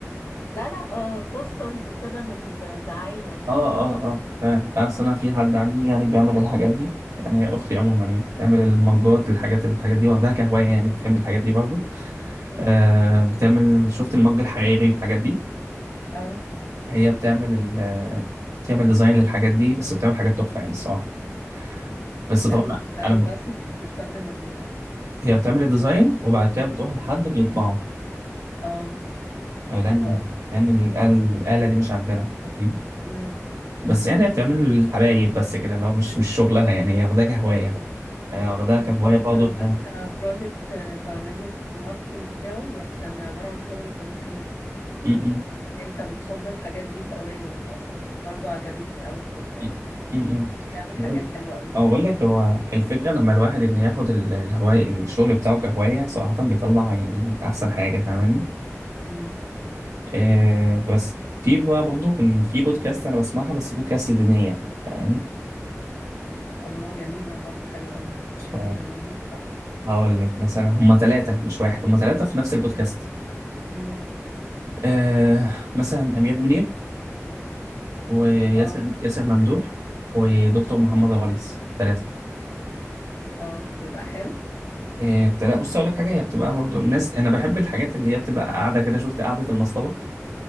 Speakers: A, on the left; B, on the right.
A: لا لا آه، بوسترز كده للدعايه يعني
B: اه
A: مش
B: اه اه تمام بس انا في حد عندي يعني بيعمل الحاجات دي يعني هي اختي عموما يعني بتعمل المجات الحاجات الحاجات دي واخداها كهوايه يعني بتحب الحاجات دي برضه
A: مم.
B: آه بتعمل شفت المج الحريري والحاجات دي
A: اه
B: هي بتعمل ال آه، بتعمل ديزاين للحاجات دي بس بتعمل حاجات تحفه يعني الصراحه بس
A: تعمل
B: طبعا
A: ديزاين
B: انا ب...
A: بس مش بتستخدم ال
B: هي بتعمل الديزاين وبعد كده بتروح لحد بيطبعه
A: اه
B: آه،
A: حلوة
B: لان
A: قوي
B: لان ال- الاله دي مش عندنا فاهمني؟
A: مم.
B: بس يعني هي بتعمل الحبايب بس كده اللي هو مش مش شغلها يعني هي واخداها كهوايه آه، واخدها
A: انا
B: كهواية
A: كنت
B: برضه
A: ماسكه
B: إنها
A: بروجكت بعمله الماركتينج بتاعه بس كان عباره عن شغل كونكريت
B: م- م-
A: انت بتصب الحاجات دي في قوالب فبرضه عجبتني قوي الفكره
B: م-
A: يعني
B: م- م.
A: بتعمل
B: بقول
A: حاجات حلوة قوي
B: أقول
A: يعني برضو
B: لك هو الفكرة لما الواحد إن ياخد ال- الهواية الشغل بتاعه كهواية صراحة بيطلع يعني أحسن حاجة فاهماني
A: مم.
B: آه بس في بقى برضه كان في بودكاست أنا بسمعها بس بودكاست دينية فاهماني
A: الله جميلة برضو حلوة قوي
B: ف
A: آه لمين بقى
B: هقول لك مثلا هما ثلاثة مش واحد هما ثلاثة في نفس البودكاست
A: مم.
B: آه مثلا أمير منير وياسر
A: اه
B: ياسر ممدوح ودكتور محمد الغليظ ثلاثة
A: اه بيبقى حلو
B: إيه، لا بص اقول لك حاجه هي بتبقى برضو الناس انا بحب الحاجات اللي هي بتبقى قاعده كده شفت قعده المصطبه